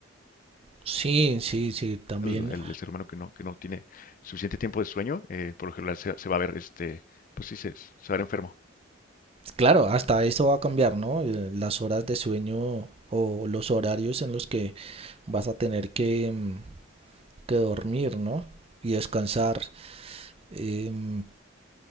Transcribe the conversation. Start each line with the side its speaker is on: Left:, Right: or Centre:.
Right: Sí, sí, sí, también.
Left: El, el ser humano que no, que no tiene suficiente tiempo de sueño, eh, por lo general se, se va a ver, este, pues sí, se, se va a ver enfermo.
Right: Claro, hasta eso va a cambiar, ¿no? Eh, Las horas de sueño o los horarios en los que vas a tener que, mm, que dormir, ¿no? Y descansar. Em,